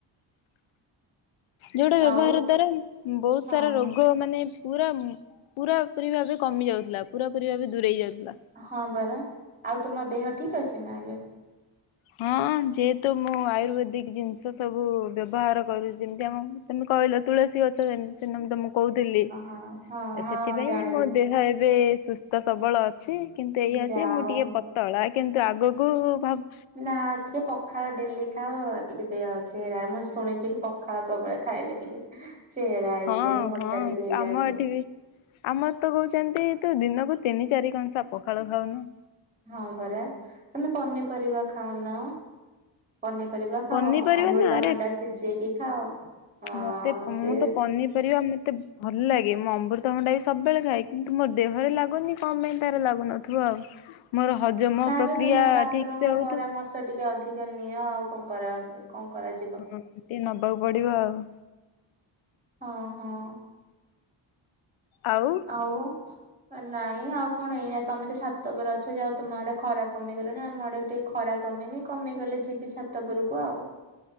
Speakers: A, on the left; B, on the right.
A: ଯୋଉଟା ବ୍ୟବହାର
B: ଆଉ
A: ଦ୍ଵାରା ବହୁତ୍
B: ହଁ
A: ସାରା ରୋଗ ମାନେ ପୁରା ପୁରା ପରି ଭାବେ କମି ଯାଉଥିଲା, ପୁରା ପରି ଭାବେ ଦୂରେଇ ଯାଉଥିଲା।
B: ହଁ ପରା ଆଉ ତୁମ ଦେହ ଠିକ୍ ଅଛି ନା ଏବେ?
A: ହଁ ଯେହେତୁ ମୁଁ ଆୟୁର୍ବେଦିକ୍ ଜିନିଷ ସବୁ ବ୍ୟବହାର କରୁଛି, ଯେମ୍ ତି ଆମ ତମେ କହିଲ ତୁଳସୀ ଗଛ ଯେମ୍ -ନ- ତ ମୁଁ କହୁଥିଲି।
B: ହ- ହଁ।
A: ଆ
B: ହଁ
A: ସେଥିପାଇଁ
B: ଜାଣିଲି
A: ମୋ ଦେହ ଏବେ-ଏ-ଏ ସୁସ୍ଥ ତ ସବଳ ଅଛି କିନ୍ତୁ ଏଇଆ
B: ଯାହା
A: ଯେ ମୁଁ
B: ହଉ
A: ଟିକେ ପତଳା କିନ୍ତୁ ଆଗକୁ ଭାବ୍
B: ନା ଟିକେ ପ ପଖାଳ ଡେଲି ଖାଅ ଟିକେ ଦେହ ଅଛିହେରା, ମୁଁ ଶୁଣିଛି କି ପଖାଳ ସବୁବେଳେ ଖାଇଲେ ଟିକେ ଚେହେରା ହେଇଯାଏ
A: ହଁ
B: ମୋଟା
A: ହଁ
B: ଟିକେ ହେଇଯାଆନ୍ତି।
A: ଆମ ଏଠି ବି ଆମର ତ କହୁଛନ୍ତି ତୁ ଦିନକୁ ତିନି ଚାରି କଂସା ପଖାଳ ଖାଉନୁ।
B: ହଁ ପରା ତମେ ପନିପରିବା ଖାଉନ। ପନିପରିବା ଖାଅ,
A: ପନିପରିବା
B: ଅମୃତଭଣ୍ଡା
A: ନା ଆରେ
B: ସିଝେଇକି ଖାଅ। ହଁ
A: ମତେ ମୁଁ
B: ସେ
A: ତ ପନିପରିବା ମତେ ଭଲ ଲାଗେ ମୁଁ ଅମୃତଭଣ୍ଡା ବି ସବୁବେଳେ ଖାଏ କିନ୍ତୁ ମୋର ଦେହରେ ଲାଗୁନି କଣ ପାଇଁ ତାର ଲାଗୁନଥିବ ଆଉ। ମୋର ହଜମ
B: ତାହେଲେ
A: ପ୍ରକ୍ରିୟା
B: ତୁମ ଡାକ୍ତରଙ୍କ
A: ଠିକ୍ ସେ ହଉଥିବ
B: ପରାମର୍ଶ ଟିକେ ଅଧିକା ନିଅ ଆଉ କଣ କରା କଣ କରାଯିବ।
A: ହଁ ସେ ନବାକୁ ପଡିବ ଆଉ।
B: ହଁ -ହଁ।
A: ଆଉ।
B: ଆଉ। ନାଇଁ ଆଉ କଣ ଏଇନାତ ତମେ ତ ଛାତ ଉପରେ ଅଛ ଯାହାଉ ତମ ଆଡେ ଖରା କମିଗଲାଣି, ଆମ ଆଡେ ଟିକେ ଖରା କମିନି କମିଗଲେ ଯିବି ଛାତ ଉପରକୁ ଆଉ।